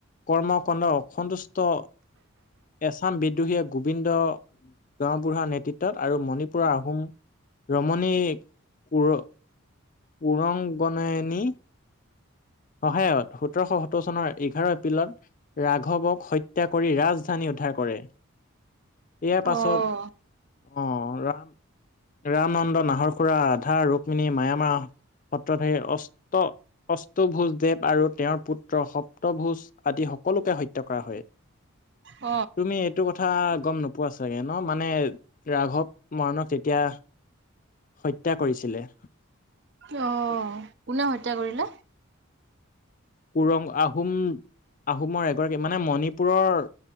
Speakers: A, on the left (about 40°); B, on the right (about 55°).
A: কৰ্ম কণ্ড অসন্তুষ্ট। এছাম বিদ্ৰোহীয়ে গোবিন্দ। গাওঁবুঢ়া নেতৃত্বত আৰু মণিপুৰৰ আহোম ৰমনী। ক কুৰংগনায়নী। সহায়ত সোতৰশ সোত্তৰ চনৰ এঘাৰ এপ্ৰিলত ৰাঘৱক হত্যা কৰি ৰাজ। ধানী উদ্ধাৰ কৰে ইয়াৰ
B: অ',
A: পাছত আহ ৰাম। ৰামনন্দ নাহৰ খুৰা আধা ৰুক্মিণী মায়ামাহ। সত্ৰত সেই অষ্ট অ। ভোজ দেৱ আৰু তেওঁৰ পুত্ৰ সপ্তভোজ আদি সকলোকে হত্যা কৰা হয়।
B: হয়।
A: তুমি এইটো কথা গম নোপোৱা চাগে ন মানে ৰাঘৱ মৰাণক তেতিয়া। হত্যা কৰিছিলে।
B: আহ কোনে হত্যা কৰিলে?
A: উুৰং আহোম আহোমৰ এগৰাকী মানে মণিপুৰৰ।